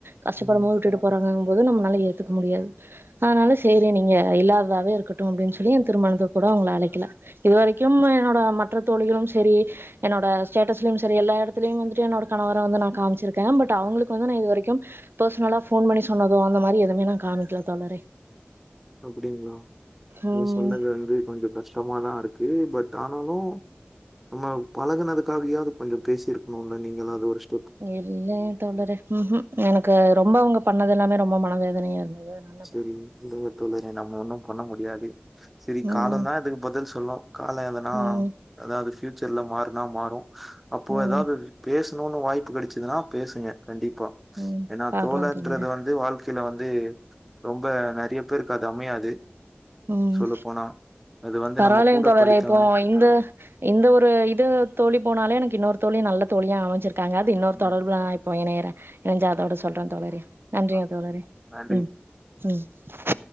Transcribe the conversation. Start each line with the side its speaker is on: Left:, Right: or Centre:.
Right: கஷ்டப்படும்
Centre: ம்.
Right: போது விட்டுட்டு போறாங்கங் போது நம்னால ஏத்துக்க முடியாது. அதனால சேரி நீங்க இல்லாததாவே இருக்கட்டு அப்டின் சொல்லி எ திருமணத்துக் கூட அவங்கள அழைக்கல. இது வரைக்கும் என்னோட மற்ற தோழிகளும் செரி என்னோட ஸ்டேட்டஸ்லயும் சரி எல்லா எடத்துலயும் வந்துட்டு என்னோட கணவர வந்து நா காமிச்சிருக்கே பட் அவுங்குளுக்கு வந்து நா இது வரைக்கும் பெர்சனலா ஃபோன் பண்ணி சொன்னதோ அந்த மாரி எதுமே நா காமிக்கல தோழரே.
Centre: அப்டிங்ளா
Right: ம்
Centre: நீங் சொன்னது வந்து கொஞ்சொ கஷ்டமாதா இருக்கு பட் ஆனாலு நம்ம பழகுனதுக்காகயாது கொஞ்சொ பேசிருக்ணுல்ல நீங்களாது ஒருஸ்
Right: இல்லங்க தோழரே ம் ஹூ எனக்கு அது ரொம்ப அவுங்க பண்ணது எல்லாமே ரொம்ப மனவேதனையா இருந்தது அதனா
Centre: செரி விடுங்க தோழரே நம்ம ஒன்னு பண்ண முடியாது. செரி
Right: ம்
Centre: காலந்தா இதுக்கு பதில் சொல்லு காலோ எதனா
Right: ம்
Centre: அதாது ஃபியூச்சர்ல மாறுனா மாறு அப்போ
Right: ம்
Centre: எதாது பேசணுனு வாய்ப்பு கெடைச்சதுன்னா பேசுங்க கண்டிப்பா
Right: ம்
Centre: ஏனா
Right: பாக்கலா
Centre: தோழன்றது
Right: தோழரே
Centre: வந்து வாழ்க் த்தில வந்து ரொம்ப நெறய பேருக்கு அது அமையாது
Right: ம்
Centre: சொல்லப்போனா. அது வந்து
Right: பரவால்லங்க
Centre: நம்ம கூட
Right: தோழரே
Centre: படித்தவங்க.
Right: இப்போ இந்த இந்த ஒரு இது தோழி போனாலே எனக்கு இன்னொரு தோழி நல்ல தோழியா அமைஞ்சிருக்காங்க அது இன்னொரு
Centre: ம்.
Right: தொடர்புல நா இப் போ இணையிறே இணைஞ்சு அதோட சொல்றே தோழரே நன்றிங்க
Centre: ஆ
Right: தோழரே
Centre: நன்றி
Right: ம் ம்.